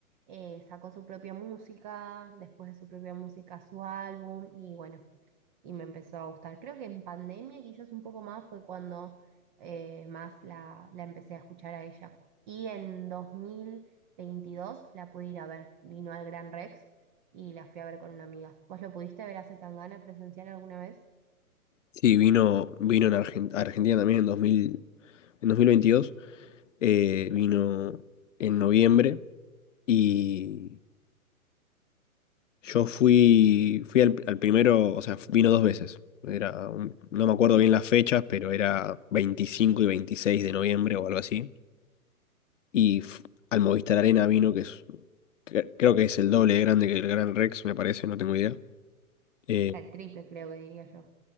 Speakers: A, on the right (about 30°); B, on the left (about 55°).
A: Eh, sacó su propia música, después de su propia música su álbum, y bueno, y me empezó a gustar. Creo que en pandemia quizás un poco más fue cuando eh, más la, la empecé a escuchar a ella. Y en 2022 la pude ir a ver, vino al Gran Rex y la fui a ver con una amiga. ¿Vos lo pudiste ver a Zetangana presencial alguna vez?
B: Sí, vino, vino en Argen- a Argentina también en dos mil en dos mil veintidós eh, vino en noviembre y yo fui, fui al, al primero, o sea, vino dos veces. Era un- no me acuerdo bien las fechas, pero era 25 y 26 de noviembre o algo así. Y f- al Movistar Arena vino, que es, cre- creo que es el doble de grande que el Gran Rex, me parece, no tengo idea. Eh,
A: Hasta el triple creo que diría yo.